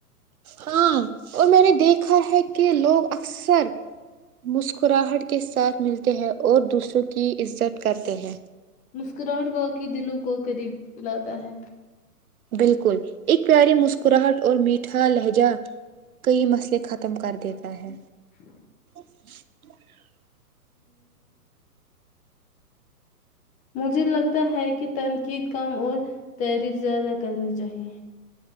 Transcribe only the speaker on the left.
مسکراہٹ وا کیی دلوں کو قریب لاتا ہے
اچھ
مجھے لگتا ہے کہ تنقید کم اور تعریف زیادہ کرنی چاہیے